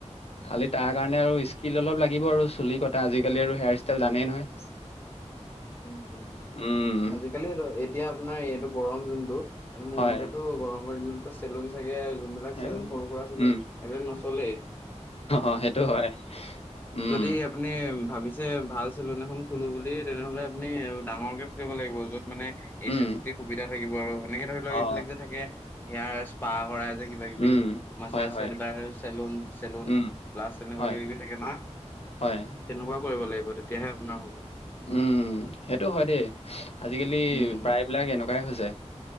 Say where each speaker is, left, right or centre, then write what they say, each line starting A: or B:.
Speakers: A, on the left (about 55°); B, on the left (about 15°).
A: খালি তাৰ কাৰণে
B: উম,
A: আৰু স্কিল অলপ লাগিব আৰু চুলি কটা আজিকালি আৰু হেয়াৰ ষ্টাইল জানেই নহয়?
B: উম, উম।
A: উম।
B: আজিকালি এতিয়া আপোনাৰ এইটো গৰম যোনটো এইটো মোৰ
A: হয়
B: মতেতো গৰমৰ দিনতো চেলুন চাগে যোনবিলাক চেলুন
A: এই
B: সৰু সুৰা চেলুন,
A: উম
B: এইবিলাক নচলেই।
A: অ সেইটো হয় উম
B: যদি আপুনি ভাবিছে ভাল চেলুন এখন খুলোঁ বুলি, তেনেহ'লে আপুনি ডাঙৰকে খুলিব লাগিব য'ত মানে এছ,
A: উম
B: চি এি সুবিধা থাকিব আৰু এনেকে ধৰি লওঁক
A: অ
B: এইবিলাক যে থাকে সেয়া স্প্ৰা কৰাই যে কিবা কিবি।
A: উম
B: মাছাছ
A: হয় হয়
B: চেলন, চেলুন
A: উম
B: প্লাছ তেনেকুৱা
A: হয়
B: কিবা কিবি থাকে নহয়।
A: হয়।
B: তেনেকুৱা কৰিব লাগিব, তেতিয়াহে আপোনাৰ হ'ব।
A: উম, সেইটো হয়, দেই আজিকালি
B: উম
A: প্ৰায়বিলাক এনেকুৱাই হৈছে।